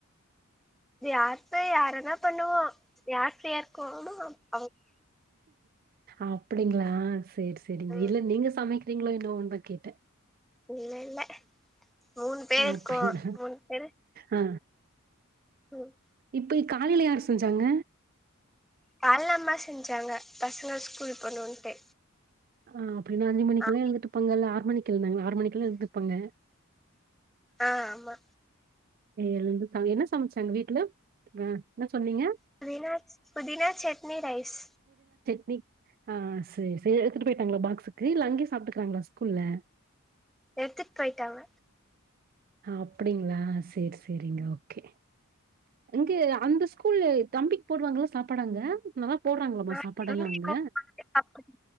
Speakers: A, in the centre; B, on the right.
A: அத்தை வேரென பண்ணுவோம் யார் ஃப்ரீயா இருக்கோமோ அவுங்க
B: அப்டிங்ளா சேரி சேரிங்க
A: ம்
B: இல்ல நீங்க சமைக்கிறீங்களோ என்னவோன்தா கேட்டே
A: இல்ல இல்ல மூணு பேர் இருக்கோ
B: அப்படிங்
A: மூணு பேரு
B: ஆ
A: ம்
B: இப்ப காலயில யார் செஞ்சாங்க
A: கால்ல அம்மா செஞ்சாங்க பசங்க ஸ்கூல் போணுன்ட்டு
B: ஆ அப்பின்னா அஞ்சு மணிக்குல்லா
A: ஆ
B: எழுந்துட்டுருபாங்க இல்ல ஆறு மணக்கு எழுந்தாங்களா ஆறு மணிக்கு எல்லா எழுந்துருப்பாங்க
A: ஆ ஆமா
B: எழுந்து சமயல் என்ன சமச்சாங்க வீட்ல ஆ சொன்னீங்க
A: புதினா புதினா சட்னி ரைஸ்
B: தி ஆ சேரி சேரி எடுத்துட்டு போயிட்டாங்களா பாக்ஸுக்கு இல்ல அங்கேயே சாப்ட்டுக்கறாங்களா ஸ்கூல்ல
A: எடுத்துட்டு போயிட்டாங்க
B: அப்டிங்களா சேரி சேரிங்க ஓகே இங்க அந்த ஸ்கூல்ல தம்பிக்கு போடுவாங்கல்ல சாப்பாடு அங்க நல்லா போட்றாங்களாப்பா
A: ஆ
B: சாப்பாடெல்லா
A: தம்பி
B: அங்க
A: கூப்ட்டு சாப்ட்டு